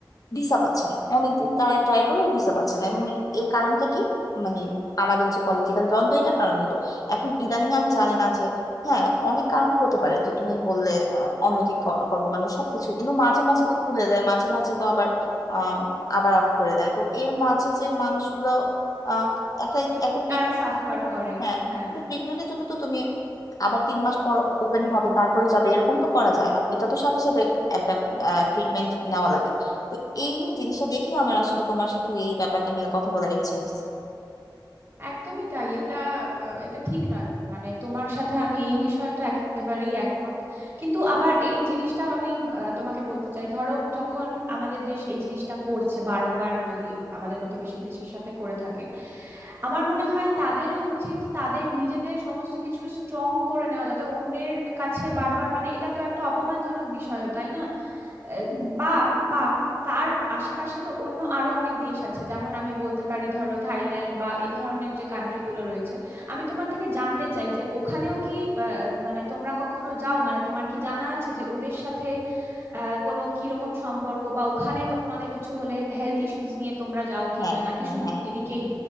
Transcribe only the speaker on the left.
ভিসা পাচ্ছে না অনেকদিন তারা ট্রাই করেও ভিসা পাচ্ছে না এবং এর কারণটা কি মানে আমাদের যে পলিটিক্যাল দ্বন্দ্ব এটার কারণেই তো এখন ইদানিং আমি জানি না যে হ্যাঁ অনেক কারণ হতে পারে যে তুমি বললে আহ, অনৈতিক ক- কর্মকাণ্ড সবকিছুই কিন্তু মাঝে মাঝে তো খুলে দেয় মাঝে মাঝে তো আবার আহ আবার অফ করে দেয় তো এর মাঝে যে মানুষগুলো আহ একটা একটা treatment-
হ্যাঁ
একটা ট্রিটমেন্টের জন্য তো তুমি আবার তিন মাস পর ওপেন হবে তারপরে যাবে এরকম তো করা যায় না এটা তো সাথে সাথে একটা ট্রিটমেন্ট নেওয়া লাগে তো এই জিনিসটা দেখেই আমার আসলে তোমার সাথে এই ব্যাপারটা নিয়ে কথা বলার ইচ্ছা হচ্ছে
হুম।
হ্যাঁ
হ্যাঁ
হ্যাঁ